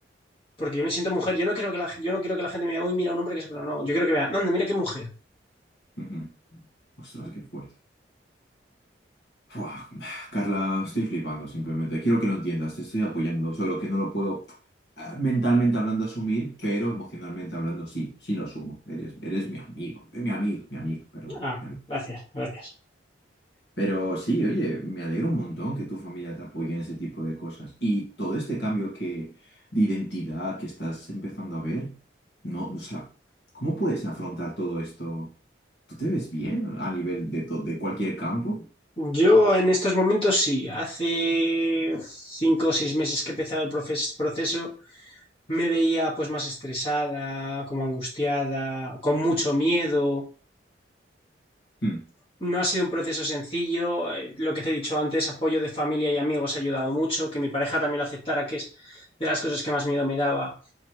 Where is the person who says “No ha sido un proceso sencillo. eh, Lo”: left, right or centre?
Left